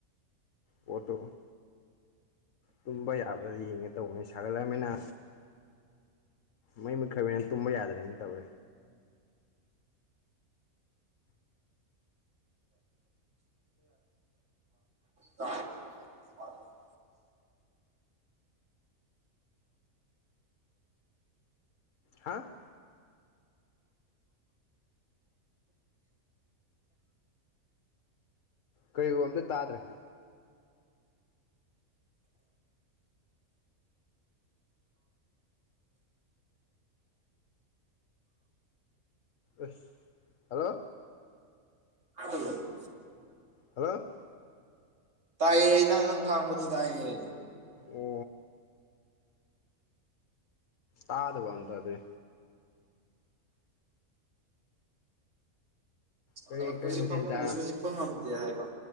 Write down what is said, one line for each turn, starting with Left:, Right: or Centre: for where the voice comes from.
Left: ꯑꯣꯠꯇꯣ ꯇꯨꯝꯕ ꯌꯥꯕꯔ꯭ꯗꯣ ꯌꯦꯡꯒꯦ ꯇꯧꯕꯅꯤ ꯁꯥꯒꯠꯂꯑꯃꯦꯅ ꯃꯩ ꯃꯨꯠꯈ꯭ꯔꯕꯅꯤꯅ ꯇꯨꯝꯕ ꯌꯥꯗ꯭ꯔꯦꯅ ꯇꯧꯋꯦ
Right: ꯇꯥꯗꯕ꯭ꯔꯣ
Left: ꯍꯥ ꯀꯩꯕꯨ ꯑꯝꯇ ꯇꯥꯗ꯭ꯔꯦ ꯑꯁ ꯍꯜꯂꯣ
Right: <unintelligible>
Left: ꯍꯜꯂꯣ
Right: ꯇꯥꯏꯌꯦ ꯅꯪ ꯉꯛ ꯉꯥꯡꯕꯗꯤ ꯇꯥꯏꯌꯦ
Left: ꯑꯣ ꯇꯥꯗꯕꯗ ꯑꯝꯇꯥ ꯑꯗꯨꯏ ꯀꯔꯤ
Right: ꯍꯜꯂꯛꯄꯁꯤ
Left: ꯀꯔꯤ ꯃꯊꯦꯜ
Right: ꯐꯃꯨꯡꯗꯁꯨ
Left: ꯆꯥꯔ
Right: ꯍꯤꯞꯄ ꯉꯝꯗꯦ ꯍꯥꯏꯕ